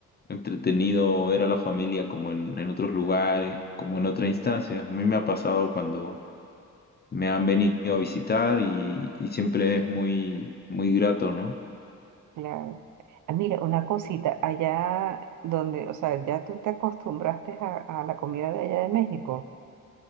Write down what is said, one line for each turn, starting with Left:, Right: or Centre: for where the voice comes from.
Left: entretenido ver a la familia como en, en otros lugares, como en otra instancia. A mí me ha pasado cuando me han venido a visitar y, y siempre es muy, muy grato, ¿no?
Right: claro. Ah, mira, una cosita, allá donde, o sea, ya tú te acostumbraste a, a la comida de allá de México,